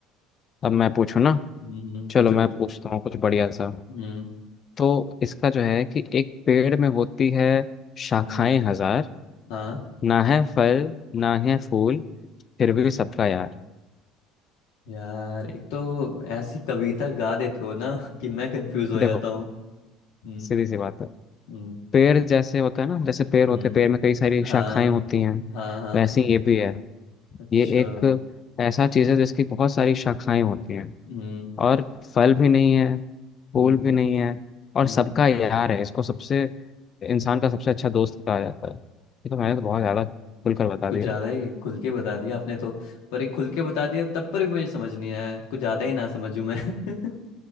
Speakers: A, on the left; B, on the left.
A: अब मैं पूछूँ ना
B: हम्म हम्म,
A: चलो
B: पूछो पूछो
A: मैं पूछता हूँ कुछ बढ़िया सा
B: हम्म
A: तो इसका जो है कि एक पेड़ में होती है शाखाएं
B: हम्म
A: हजार
B: हाँ
A: ना है फल ना है फूल फिर
B: हम्म,
A: भी सबका यार
B: यार एक तो ऐसी कविता गा देते हो ना <laughs> कि मैं कंफ्यूज हो
A: देखो
B: जाता हूँ हम्म
A: सीधी सी बात है
B: हम्म
A: पेड़ जैसे होता है ना जैसे पेड़
B: हम्म,
A: होते हैं पेड़ में कई सारी शाखाएं
B: हाँ
A: होती हैं
B: हाँ हाँ
A: वैसे ही ये भी है
B: अच्छा
A: ये एक ऐसा चीज है जिसकी बहुत सारी शाखाएं होती हैं
B: हम्म
A: और फल भी नहीं है फूल
B: हम्म
A: भी नहीं है और
B: हम्म
A: सबका यार है इसको सबसे इंसान का सबसे अच्छा दोस्त कहा जाता है ये तो मैंने तो बहुत ज्यादा खुलकर बता
B: कुछ
A: दिया
B: ज्यादा ही खुल के बता दिया आपने तो पर एक खुल के बता दिया तब पर भी मुझे समझ नहीं आया कुछ ज्यादा ही ना समझूं मैं <laughs>